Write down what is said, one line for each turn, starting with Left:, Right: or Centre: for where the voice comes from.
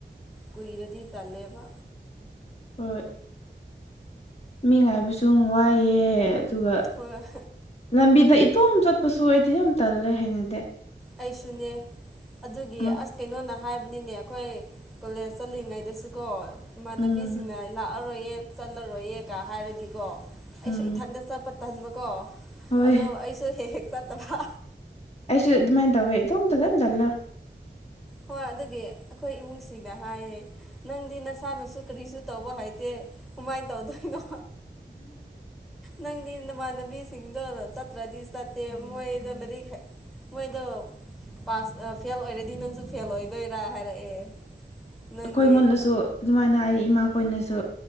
Centre: ꯀꯨꯏꯔꯗꯤ ꯇꯜꯂꯦꯕ
Left: ꯍꯣꯢ ꯃꯤ ꯉꯥꯏꯕꯁꯨ ꯋꯥꯏꯑꯦ ꯑꯗꯨꯒ
Centre: ꯍꯣꯏ
Left: ꯂꯝꯕꯤꯗ ꯏꯇꯣꯝ ꯆꯠꯄꯁꯨ ꯑꯩꯗꯤ ꯌꯥꯝ ꯇꯜꯂꯦ ꯍꯥꯏꯅꯗꯦ
Centre: ꯑꯩꯁꯨꯅꯦ ꯑꯗꯨꯒꯤ
Left: ꯃꯠ
Centre: ꯑꯁ ꯀꯩꯅꯣꯅ ꯍꯥꯏꯕꯅꯤꯅꯦ ꯑꯩꯈꯣꯏ ꯀꯣꯂꯦꯖ ꯆꯠꯂꯤꯉꯩꯗꯁꯨ ꯀꯣ ꯏꯃꯥꯟꯅꯕꯤꯁꯤꯡꯅ
Left: ꯎꯝ
Centre: ꯂꯥꯛꯑ ꯔꯣꯏꯌꯦ ꯆꯠꯂꯔꯣꯏꯌꯦ ꯀꯥ ꯍꯥꯏꯔꯗꯤꯀꯣ ꯑꯩꯁꯨ
Left: ꯎꯝ
Centre: ꯏꯊꯟꯇ ꯆꯠꯄ ꯇꯟꯕ ꯀꯣ
Left: ꯍꯣꯏ
Centre: ꯑꯗꯣ ꯑꯩꯁꯨ ꯍꯦꯛ ꯍꯦꯛ ꯆꯠꯇꯕ
Left: ꯑꯩꯁꯨ ꯑꯗꯨꯃꯥꯏꯅ ꯇꯧꯋꯦ ꯏꯇꯣꯝꯇꯗꯤ ꯑꯗꯨꯝ ꯇꯜꯂꯦ
Centre: ꯍꯣꯏ ꯑꯗꯨꯒꯤ ꯑꯩꯈꯣꯏ ꯏꯃꯨꯡꯁꯤꯅ ꯍꯥꯏꯌꯦ ꯅꯪꯗꯤ ꯅꯁꯥꯅꯁꯨ ꯀꯔꯤꯁꯨ ꯇꯧꯕ ꯍꯥꯏꯇꯦ ꯀꯨꯃꯥꯏꯅ ꯇꯧꯗꯣꯏꯅꯣ ꯅꯪꯗꯤ ꯅꯃꯥꯟꯅꯕꯤꯁꯤꯡꯗꯣ ꯆꯠꯇ꯭ꯔꯥꯗꯤ ꯃꯣꯏꯗꯤ ꯃꯣꯏꯗꯣ ꯂꯥꯢꯔꯤꯛ ꯍꯩ ꯃꯣꯢꯗꯣ ꯄꯥꯁ ꯐꯦꯜ ꯑꯣꯏꯔꯗꯤ ꯅꯪꯁꯨ ꯐꯦꯜ ꯑꯣꯢꯗꯣꯢꯔꯥ ꯍꯥꯏꯔꯛꯑꯦ ꯅꯪꯗꯤ
Left: ꯑꯩꯈꯣꯏ ꯉꯣꯟꯗꯁꯨ ꯑꯗꯨꯃꯥꯏꯅ ꯍꯥꯏ ꯏꯃꯥꯈꯣꯏꯅꯁꯨ